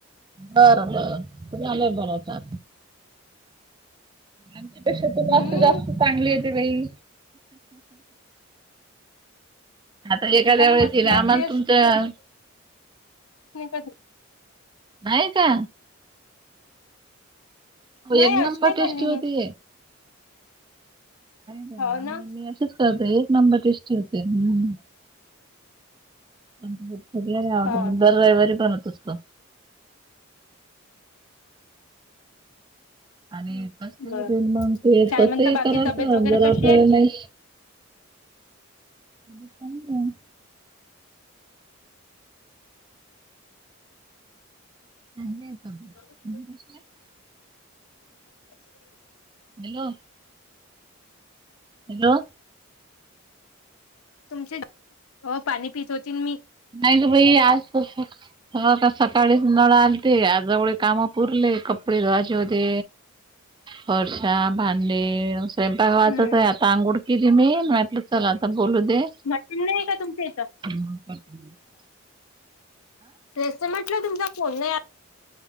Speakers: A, on the right; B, on the left.
A: बर बर तुम्हला बोलवता. आच्यापेक्षा तुम्हालाच
B: हम्म
A: तर जास्त चांगली येते बाई. आता एखाद्या
B: त्यांना
A: वेळेस
B: मस्त
A: येणार
B: लागते
A: तुमचं.
B: काय कधी?
A: आहे का
B: नाही
A: एक
B: अशी
A: नंबर
B: नाही खाल्ली
A: टेस्टी होते.
B: मी
A: का
B: हो
A: आम्ही
B: ना.
A: मी अशीच करते एक नंबर टेस्ट होते. हम्म. सगळ्याला आवडते
B: हो
A: मी दर रविवारी बनवत असतो. आणि
B: बर
A: मग
B: काय
A: तसही
B: म्हणता बाकी
A: करायचं
B: तब्येत वगैरे
A: जर
B: कशी
A: आपल्याला
B: आहे
A: नाही. आजून काही नाही. ह <unintelligible>
B: ह <unintelligible>
A: हस <unintelligible>
B: अ <unintelligible>
A: हॅलो. हॅलो.
B: तुमचे हो पाणी पित होतील मी.
A: नाही बाई आज कस सकाळीच नळ आलते आज एवढी काम पूरले कपडे धुवाचे होते फरश्या भां भांडे स्वयंपाक व्हायचंच
B: हम्म
A: आहे आता अंघोळ केली मी म्हणटलं चल आता बोलू दे
B: नाही का तुमच्या इथं?
A: ह का <unintelligible>
B: तेच म्हटलं तुमचा फोन नाही